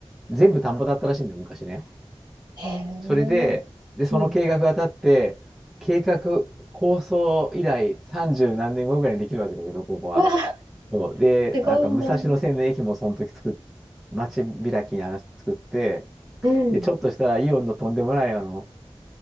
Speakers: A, in the centre; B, on the right (about 45°).
A: 全部田んぼだったらしいんだよ、昔ね。
B: へえ。
A: それで、で、その計画が立って、
B: うん。
A: 計画、構想以来30何年後ぐらいにできるわけだけど、ここは。
B: うわ、
A: そう。で、
B: すごいな。
A: なんか武蔵野線の駅もその時作っ、街開きに話して作って、
B: うん。
A: で、ちょっとしたらイオンのとんでもないあの、